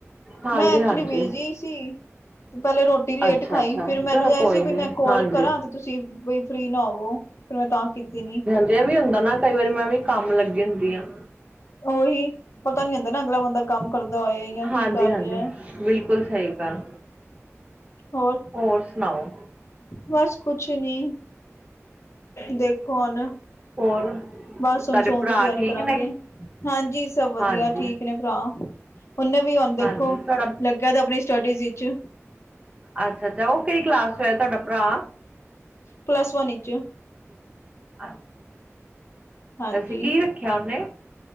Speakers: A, on the right; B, on the left.
A: ਹਾਂਜੀ
B: ਮੈਂ ਐਕਚੁਲੀ
A: ਹਾਂਜੀ
B: ਬੀਜੀ ਸੀ, ਤੇ ਪੈਲੇ ਰੋ ਰੋਟੀ ਲੇਟ
A: ਅੱਛਾ
B: ਖਾਈ
A: ਅੱਛਾ
B: ਫਿਰ ਮੈਨੂੰ
A: ਚਲੋ ਕੋਈ
B: ਐ ਸੀ ਵੀ
A: ਨੀ
B: ਮੈਂ ਕੋਲ
A: ਹਾਂਜੀ
B: ਕਰਾਂ ਤੇ ਤੁਸੀਂ ਵੀ ਫਰੀ ਨਾ ਹੋਵੋ। ਫਿਰ ਮੈਂ ਤਾਂ ਕੀਤੀ ਨੀ।
A: ਜੇ ਵੀ ਹੁੰਦਾ ਨਾ ਕਈ ਵਾਰੀ ਮੈਂ ਵੀ ਕੰਮ ਲੱਗੀ ਹੁੰਦੀ ਆਂ।
B: ਓਹੀ ਪਤਾ ਨੀ ਹੁੰਦਾ ਨਾ ਅਗਲਾ ਬੰਦਾ ਕੰਮ ਕਰਦਾ ਹੋਏ ਜਾਂ
A: ਹਾਂਜੀ
B: ਕੀ ਕਰ
A: ਹਾਂਜੀ
B: ਰਿਆ।
A: ਬਿਲਕੁਲ ਸਈ ਗੱਲ।
B: ਹੋਰ
A: ਹੋਰ ਸੁਨਾਓ
B: ਬਸ ਕੁਛ ਨੀ, ਦੇਖੋ ਹੁਨ
A: ਹੋਰ ਤੁਹਾਡੇ
B: ਬਸ ਹੁਨ ਸੋਨ
A: ਭਰਾ
B: ਦੀ ਤਿਆਰੀ
A: ਠੀਕ
B: ਕਰਾਂਗੇ,
A: ਨੇ
B: ਹਾਂਜੀ ਸਬ ਵਦੀਆ
A: ਹਾਂਜੀ
B: ਠੀਕ ਨੇ ਭਰਾ। ਓਨੇ ਵੀ ਹੁਨ ਦੇਖੋ,
A: ਹਾਂਜੀ ਤੁਹਾਡਾ
B: ਲੱਗੇਆ ਦਾ ਆਪਨੀ ਸਟੱਡੀਜ਼ ਵਿੱਚ।
A: ਅੱਛਾ-ਅੱਛਾ ਓ ਕੇੜੀ ਕਲਾਸ ਚ ਹੋਏਆ ਤੁਆਡਾ ਭਰਾ।
B: ਪਲੱਸ ਵੰਨ ਵਿਚ।
A: ਅੱਛਾ।
B: ਹਾਂਜੀ
A: ਵੈਸੇ ਕੀ ਰੱਖੇਆ ਓਨੇ,